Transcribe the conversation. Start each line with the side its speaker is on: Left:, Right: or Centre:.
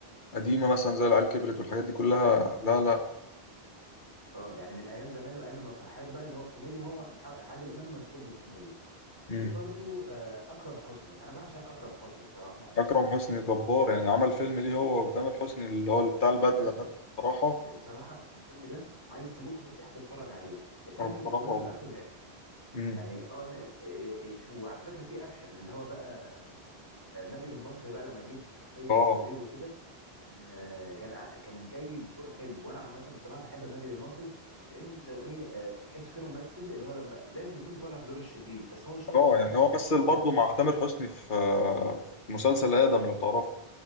Left: قديمة مثلا زي العيال كبرت والحاجات دي كلها لا لا
Right: اه يعني من ايام زمان وايام المسرحيات بقى اللي هو الكوميديا هو مح- عادل امام مشهور بالكوميديا
Left: مم.
Right: في برضو آه اكرم حسني انا بعشق اكرم حسني بصراحه يعني
Left: أكرم حسني جبار يعني عمل فيلم ليه هو وتامر حسني اللي هو بتاع البدلة
Right: البدله
Left: ده بصراحة
Right: بصراحة الفيلم ده عايز تموت من الضحك تتفرج عليه الفيلم
Left: اه
Right: من
Left: بصراحة
Right: أوله لآخره ضحك
Left: مم.
Right: يعني اه ن- إيه، إيه، وعلى فكرة في أكشن اللي هو بقى آه، ماجد المصري بقى لما جيب شخصية
Left: اه
Right: الشرير وكده كان آه، كان آه، كان جاي بدور حلو وأنا عامة بصراحة بحب ماجد المصري لأنه إيه آه، تحسه كده ممثل اللي هو لما دايما بيكون طالع بدور الشرير بس هو شاطر
Left: اه يعني
Right: قوي
Left: هو
Right: في
Left: مثل
Right: الحوار
Left: برضه
Right: ده
Left: مع تامر حسني في في مسلسل آدم لو تعرفه